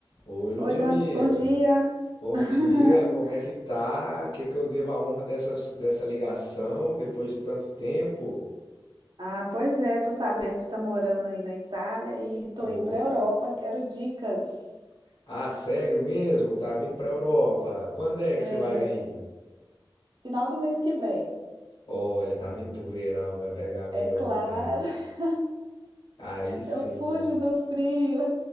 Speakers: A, on the left (about 85°); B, on the right (about 60°).
A: Oi, Ludmila.
B: Oi, boa- bom dia.
A: Bom
B: <laughs>
A: dia, como é que tá? O Que que eu devo a honra dessa, dessa ligação depois de tanto tempo?
B: Ah, pois é, tô sabendo que você está morando aí na Itália e tô
A: Tô.
B: indo para a Europa. Quero dicas.
A: Ah, sério mesmo? Tá vindo pra Europa? Quando é
B: É,
A: que você vai vir?
B: final do mês que vem.
A: Olha, tá vindo pro verão, vai pegar melhor
B: É claro,
A: momento.
B: <laughs>
A: Aí sim.
B: eu fujo do frio.